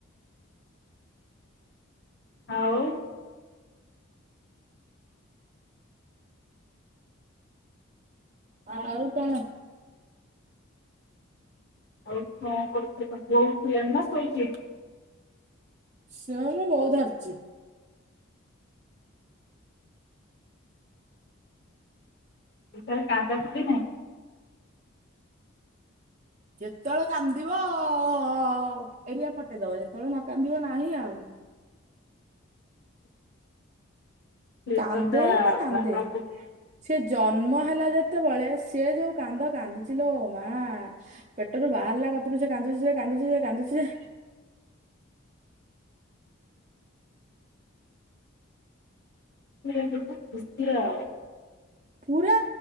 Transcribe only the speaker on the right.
ଆଉ କଣ?
ସେଇୟା ବୋଉ ଧରିଚି।
ଯେତେବେଳେ କାନ୍ଦିବ ଅ ଅ ଅ ଏରିଆ ଫଟେଇଦବ ଯେତେବେଳେ ନ କାନ୍ଦିବ ନାହିଁ ଆଉ।
କାନ୍ଦେ
ନିନା କାନ୍ଦେ?
ସେ ଜନ୍ମ ହେଲା ଯେତେବେଳେ ସେ ଯୋଉ କାନ୍ଦ କାନ୍ଦିଚି ଲୋମା ପେଟରୁ ବାହାରିଲା କତରୁ ସେ କାନ୍ଦୁଚି ଯେ କାନ୍ଦୁଚି କାନ୍ଦୁଚି ଯେ
ପୁରା